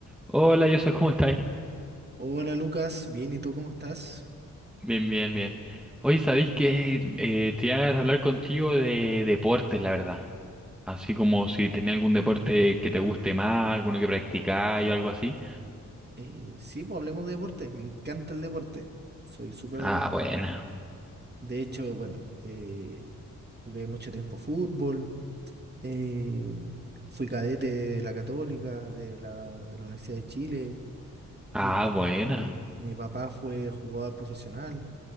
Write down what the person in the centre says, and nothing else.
Hola, Yosa, ¿cómo estáis?
Bien, bien, bien. Hoy sabéis
que eh, tenía ganas de hablar contigo de deportes, la verdad. Así como si tenía algún deporte que te guste más, alguno que practicáis o algo así.
Ah,
buena.
Ah,
buena.